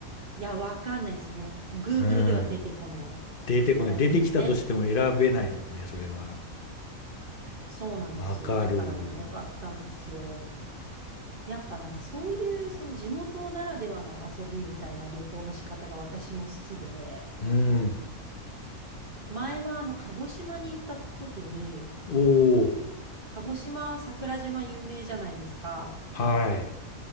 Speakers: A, on the right; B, on the left.
A: いや、わかんないですね。Google
B: うん。
A: では出てこない
B: 出てこない。
A: やつですね。
B: 出てきたとしても選べないもんね、それは。
A: そうなんですよ。
B: わかる。
A: だからね、良かったんですよ。やっぱなんかそういうその地元ならではの遊びみたいな旅行の仕方が私も好きで、
B: うん。
A: 前はあの鹿児島に行った時に、
B: おー。
A: 鹿児島桜島有名じゃないですか。
B: はい。